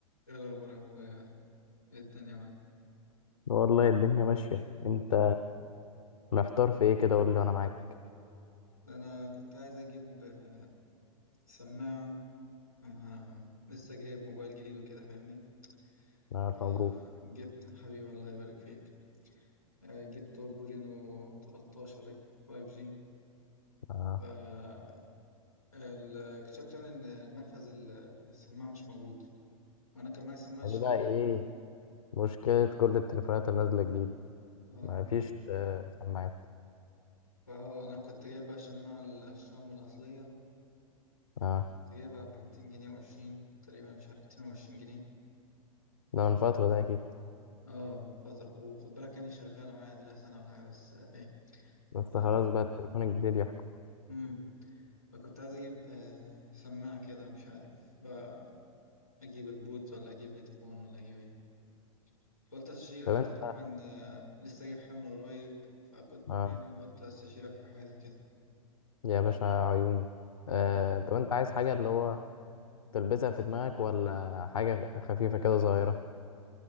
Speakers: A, on the left; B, on the left.
A: ايه الاخبار يا اخويا ايه الدنيا معاك
B: والله الدنيا ماشية انت محتار في ايه كده قول لي وانا معاك
A: انا كنت عايز اجيب آه، سماعه انا لسه جايب موبايل جديد وكده فاهمني
B: انا
A: فجبت
B: الف مبروك
A: حبيبي الله يبارك فيك آه، جبت اوبو رينو 13 اف 5 جي
B: آه.
A: ف آه، ال- اكتشفت يعني ان منفذ ال- السماعه مش موجود وانا كان معايا سماعه
B: يعني
A: شاومي
B: بقى ايه
A: لل-
B: مشكلة كل التليفونات اللي نازلة جديد
A: اه
B: ما فيش آه سماعات
A: فهو انا كنت جايب بقى سماعه الشاومي الاصليه
B: اه
A: كنت جايبها ب 200 جنيه وعشرين تقريبا مش عارف 220 جنيه
B: ده من فترة ده اكيد
A: اه من فترة وخد بالك يعني شغالة معايا اديلها سنة ولا حاجة بس آه، ايه
B: بس
A: آه،
B: خلاص بقى التليفون الجديد يحكم
A: امم فكنت عايز اجيب آه، سماعة كده مش عارف بقى اجيب ايربودز ولا اجيب هيدفون ولا اجيب ايه فقلت استشيرك
B: طب انت
A: انت تقريبا آه، لسه جايب حمل قريب فكنت
B: اه
A: يعني قلت استشيرك في حاجة كده
B: يا باشا عيوني آه.
A: حبيبي
B: طب انت عايز حاجة اللي هو تلبسها في دماغك ولا حاجة خفيفة كده صغيرة